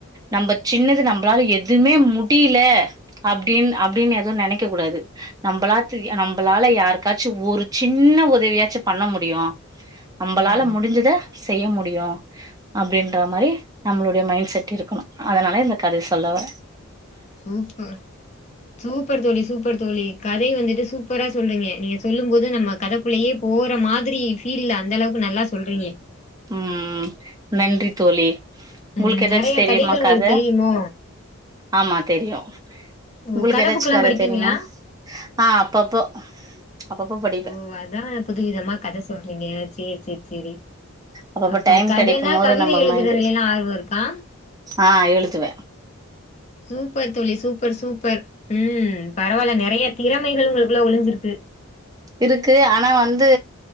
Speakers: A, on the right; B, on the left.
A: நம்ப சின்னது நம்பளால எதுமே முடில அப்டின் அப்டினு எதுவு நெனைக்க கூடாது நம்பளாச் நம்பளால யாருக்காச்சு ஒரு சின்ன உதவியாச்சு பண்ண முடியு நம்பளால
B: ம்.
A: முடிஞ்சத செய்ய முடியு அப்டின்ற மாரி நம்மளோட மைன்ட் செட்டு இருக்கனு அதனாலே இந்த கதைய சொல்லவா
B: சூப்பர் சூப்பர் தோழி சூப்பர் தோழி கத வந்துட்டு சூப்பரா சொல்றீங்க நீங்க சொல்லும் போது நம்ம கத உள்ளயே போற மாதிரி ஃபீல்ல அந்த அளவுக்கு நல்லா சொல்றீங்க
A: ம் ம் நன்றி தோழி உங்களுக்கு
B: ம்
A: ஏதாச்சி
B: நெறைய
A: தெரியுமா
B: கதைகள் உங்களுக்கு
A: கத
B: தெரியுமோ?
A: ஆமா தெரியு
B: ஓ!
A: உங்களுக்கு
B: கதை
A: ஏதாச்சி
B: புக்லாம்
A: கதா
B: படிப்பீங்களா?
A: தெரியுமா ஆ அப்பப்போ அப்பப்போ படிப்ப
B: ஓ அதா புதுவிதமா கத சொல்றீங்க சேரி செரி செரி
A: அப்பப்போ
B: அப்ப
A: டைம்
B: கதனா
A: கெடைக்கும் போது
B: கவித
A: நம்ம
B: எழுதுறதுலயில்லா
A: மைண்டு
B: ஆர்வ இருக்கா
A: ஆ எழுதுவ
B: சூப்பர் தோழி சூப்பர் சூப்பர் ம் பரவால்ல நெறைய திறமைகள் உங்களுக்குள்ள ஒழிஞ்சிருக்கு
A: இருக்கு ஆனா வந்து